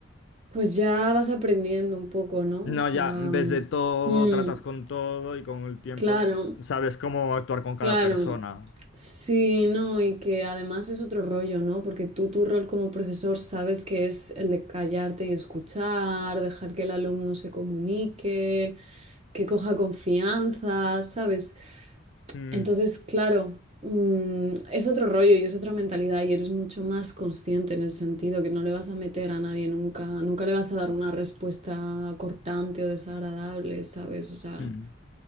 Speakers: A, on the right; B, on the left.
A: pues ya vas aprendiendo un poco, ¿no?
B: No,
A: O sea,
B: ya ves
A: mm,
B: de todo,
A: mm,
B: tratas con todo y con el tiempo
A: claro.
B: sabes cómo actuar con cada
A: Claro,
B: persona.
A: sí, no, y que además es otro rollo, ¿no? Porque tú tu rol como profesor sabes que es el de callarte y escuchar, dejar que el alumno se comunique, que coja confianza, ¿sabes?
B: Mm,
A: Entonces, claro, mm, es otro rollo y es otra mentalidad y eres mucho más consciente en ese sentido, que no le vas a meter a nadie nunca, nunca le vas a dar una respuesta cortante o desagradable, ¿sabes? O sea
B: mm.